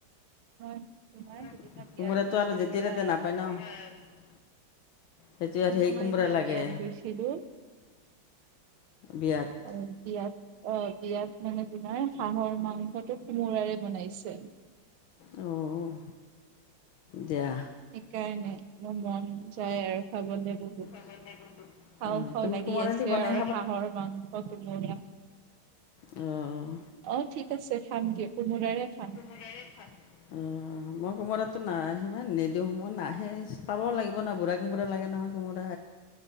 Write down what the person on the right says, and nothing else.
মই তোমাৰ
সিদিনা বিয়াত
গৈছিলো
হা
মানে
মই
সিদিনা
বিয়াত গৈছিলো
অঁ বিয়াত অঁ বিয়াত মানে তোমাৰ হাঁহৰ মাংসটো কোমোৰাৰে বনাইছে।
সেইকাৰণে মোৰ মন যায় আৰু খাবলে বহুত।
খাওঁ খাওঁ
লাগি
আছে
আৰু হাঁহৰ মাংস কোমোৰা।
অঁ ঠিক আছে খাম দিয়‌ক কোমোৰাৰে খাম।